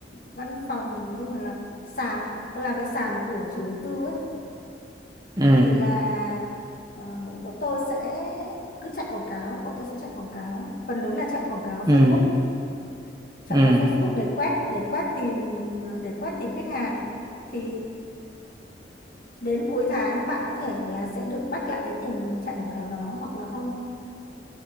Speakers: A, on the left; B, on the right.
A: văn phòng nhưng mà là sàn, tôi làm cho sàn của chủ đầu tư ấy
B: ừ
A: thì là ờ, bọn tôi sẽ cứ chạy quảng cáo, bọn tôi sẽ chạy quảng cáo, phần lớn là chạy quảng cáo Facebook,
B: ừ
A: chạy
B: ừ ừ
A: quảng cáo Facebook để quét để quét tìm để quét tìm khách hàng thì đến cuối tháng bạn có thể là sẽ được back lại cái tiền chạy quảng cáo đó hoặc là không